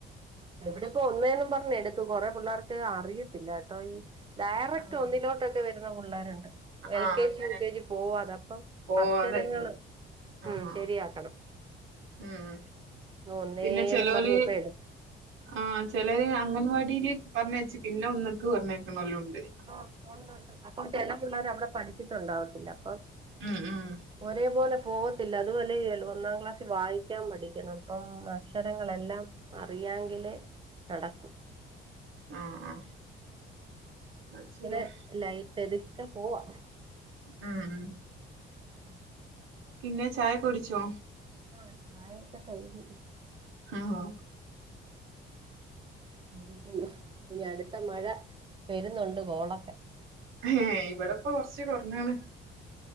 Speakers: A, on the right; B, on the right.
A: ഇവിടെപ്പോ ഒന്നേന്നും പറഞ്ഞ് എടുത്തു കൊറെ പിള്ളേർക്ക് അറിയത്തില്ല കേട്ടോ ഈ ഡയറക്റ്റ്
B: ആഹ്
A: ഒന്നിലോട്ടൊക്കെ വരുന്ന പിള്ളേരുണ്ട് എൽ
B: ആഹ്
A: കെ
B: അങ്ങനെ
A: ജി യു കെ ജി പോവാതെ അപ്പം
B: പോവാതായിരുന്നു
A: അക്ഷരങ്ങള്
B: ആഹാ
A: ഉം ശരിയാക്കണം
B: ഉം
A: ഒന്നേന്നും
B: പിന്നെ ചെലോല്
A: പറഞ്ഞിപോ എടു
B: ആഹ് ചിലര് അംഗൻവാടിൽ പറഞ്ഞച്ചു പിന്നെ ഒന്നക്ക് പറഞ്ഞായിക്കാണോരുംണ്ട്
A: ആഹ് ഒണ്ട് ഒണ്ട് അപ്പൊ ചില പിള്ളേരവിടെ പഠിച്ചിട്ടുണ്ടാവത്തില്ല അപ്പൊ
B: ഉം ഉം
A: ഒരേപോലെ പോകത്തില്ല അതുപോലെ ഒന്നാം ക്ലാസ്സിൽ വായിക്കാൻ പഠിക്കണം അപ്പം അക്ഷരങ്ങളെല്ലാം അറിയാങ്കിലേ നടക്കു
B: ആഹ് ആഹ് അത് ശരിയാ
A: അതെ ലൈറ്റ് എടുക്കെ പോവാ
B: ഉം ഉം
A: ഉം.
B: പിന്നെ ചായ കുടിച്ചോ?
A: ആഹ് ചായക്കൊ കൈഞ്ഞ്
B: ആഹോ.
A: ഇരിക്കുന്നു ഇനി അടുത്ത മഴ. വെരുന്നുണ്ട് കോളൊക്കെ.
B: ഹേ ബവടെപ്പൊ കൊറച്ച് കുറഞ്ഞാണ്